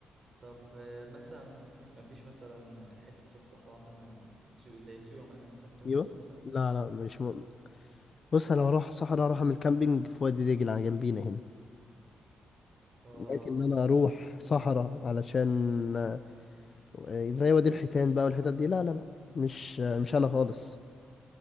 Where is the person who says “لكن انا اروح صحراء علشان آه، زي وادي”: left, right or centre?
Left